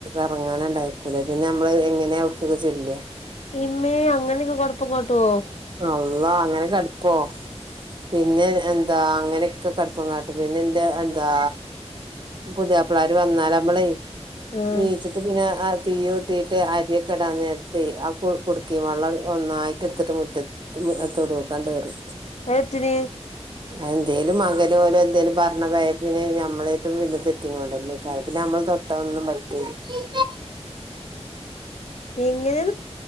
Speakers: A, on the right; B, on the left.
A: ഇറങ്ങാനിണ്ടായി ആല്ലേ പിന്നെ നമ്മള് എങ്ങനെയാ അവിടുക്കൊക്കെ ചെല്ലുകാ
B: ഇമ്മേ അങ്ങനെയൊക്കെ കൊഴപ്പങ്കാട്ടുവോ
A: അള്ളാ അങ്ങനെക്കെടുപ്പോ പിന്നെ എന്താ അങ്ങനെയൊക്കെ കടുപ്പം കാട്ടും പിന്നെ എൻ്റെ എന്താ പുതിയാപ്പളമാര്വന്നാല് നമ്മളെ
B: ആഹ്
A: നീച്ചി പിന്നെ ആ തീ ഇട്ടിട്ട് അരിയക്കെടാ നിരത്തി ആ കു കുടുക്കി വെള്ളം ഒന്നായിട്ട് എടുത്തിട്ട് മുറ്റ തും എതോടൊ കണ്ടേറ്
B: അത് എറ്റിന്
A: എന്തേലും മകനോ ഓര് എന്തേലും പറഞ്ഞ <unintelligible> ഞമ്മളായിട്ടും പിന്നെ തെറ്റിങ്ങോണ്ടല്ലേ പിന്നെ നമ്മള് തൊട്ട ഒന്നും പറ്റൂല
B: എങ്ങനെ